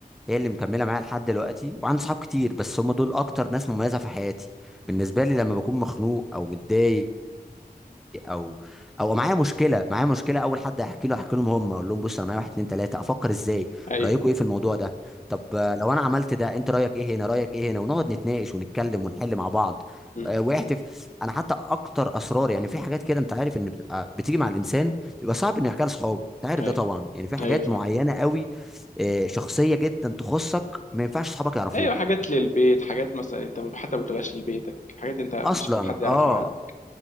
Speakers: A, in the centre; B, on the left.
A: هي اللي مكملة معايا لحد دلوقتي وعندي صحاب كتير بس هم دول اكتر ناس مميزة في حياتي بالنسبة لي لما بكون مخنوق او متضايق او او معايا مشكله معايا مشكله اول حد احكي له احكي لهم هم اقول لهم بص انا معايا واحد اتنين تلاته افكر ازاي
B: ايوه
A: رايكم ايه في الموضوع ده طب آه، لو انا عملت ده انت رايك ايه هنا رايك ايه هنا ونقعد نتناقش ونتكلم ونحل مع بعض
B: امم
A: آه، واحتف انا حتى اكتر اسرار يعني في حاجات كده انت عارف ان بتبقى بتيجي مع الانسان بيبقى صعب انه يحكيها لاصحابه انت عارف
B: ايوه
A: ده طبعا يعني في حاجات
B: ايوه فاهم
A: معينه قوي آه، شخصيه جدا تخصك ما ينفعش صحابك يعرفوها
B: ايوه حاجات للبيت حاجات مثلا انت حتى ما بتقولهاش لبيتك حاجات انت مش
A: اصلا
B: عايز حد يعرفها
A: اه
B: عنك